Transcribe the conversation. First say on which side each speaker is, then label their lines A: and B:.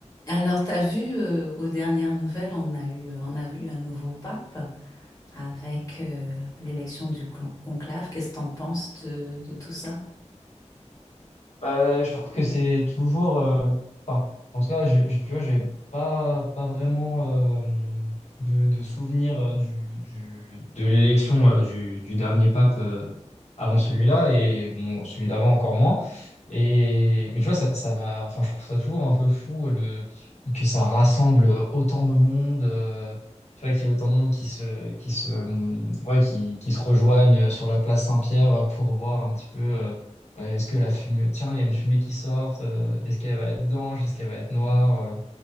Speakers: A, on the left; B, on the left.
A: Alors, t'as vu, euh, aux dernières nouvelles, on a eu, euh, on a eu un nouveau pape avec euh, l'élection du clon- conclave. Qu'est-ce que t'en penses de, de tout ça?
B: Euh, je trouve que c'est toujours. euh, enfin, en tout cas, je, je- tu vois, j'ai pas, pas vraiment euh, de, de souvenir euh, du, du- de l'élection euh, du, du dernier pape euh, avant celui-là et bon, celui d'avant encore moins. Et, mais tu vois, ça, ça m'a, enfin, je trouve ça toujours un peu fou euh, le, que ça rassemble autant de monde. euh, tu vois, qu'il y ait autant de monde qui se, qui se, hum, ouais, qui, qui se rejoignent sur la place Saint-Pierre pour voir un petit peu. euh, Ouais, Est-ce que la fumée, tiens, il y a une fumée qui sort, euh, est-ce qu'elle va être blanche, est-ce qu'elle va être noire? euh.